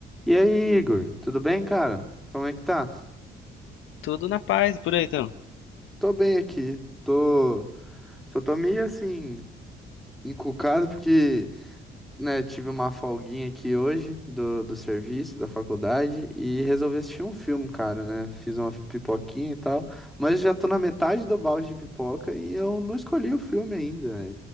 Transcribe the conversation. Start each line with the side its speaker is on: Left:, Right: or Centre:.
Centre: E aí, Igor, tudo bem, cara? Como é que tá?
Left: Tudo na paz, por aí então.
Centre: Tô bem aqui. Tô, só tô meio assim encucado porque, né, tive uma folguinha aqui hoje do, do serviço, da faculdade e resolvi assistir um filme, cara, né? Fiz uma pipoquinha e tal, mas já tô na metade do balde de pipoca e eu não escolhi o filme ainda. <laughs>